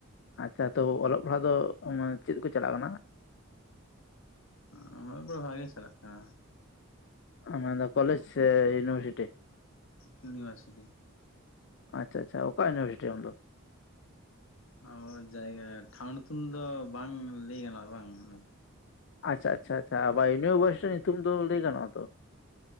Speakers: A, on the left (about 55°); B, on the left (about 70°).
A: ᱟᱪᱪᱷᱟ ᱛᱚ ᱚᱞᱚᱜ ᱯᱟᱲᱦᱟᱜ ᱫᱚ ᱪᱮᱫ ᱠᱚ ᱪᱟᱞᱟᱜ ᱠᱟᱱᱟ?
B: ᱦᱳᱭ ᱵᱷᱟᱹᱜᱮ ᱪᱟᱞᱟᱜ ᱠᱟᱱᱟ᱾
A: ᱟᱢᱟᱜ ᱫᱚ ᱠᱚᱞᱮᱡᱽ ᱥᱮ ᱤᱭᱩᱱᱤᱵᱷᱟᱨᱥᱤᱴᱤ?
B: ᱤᱭᱩᱱᱤᱵᱷᱟᱨᱥᱤᱴᱤ᱾
A: ᱟᱪᱪᱷᱟ ᱟᱪᱪᱷᱟ ᱚᱠᱟ ᱤᱭᱤᱵᱷᱟᱨᱥᱤᱴᱤ ᱟᱢ ᱫᱚ?
B: ᱚ ᱡᱟᱭᱜᱟ ᱴᱷᱟᱶ ᱧᱩᱛᱩᱢ ᱫᱚ ᱵᱟᱝ ᱞᱟᱹᱭ ᱜᱟᱱᱚᱜᱼᱟ ᱵᱟᱝ ᱚᱱᱟ ᱛᱮ
A: ᱟᱪᱪᱷᱟ ᱟᱪᱪᱷᱟ ᱟᱪᱪᱷᱟ, ᱵᱟ ᱤᱭᱩᱱᱤᱵᱷᱟᱨᱥᱤ ᱧᱩᱛᱩᱢ ᱫᱚ ᱞᱟᱹᱭ ᱜᱟᱱᱚᱜ-ᱟ ᱛᱚ ᱾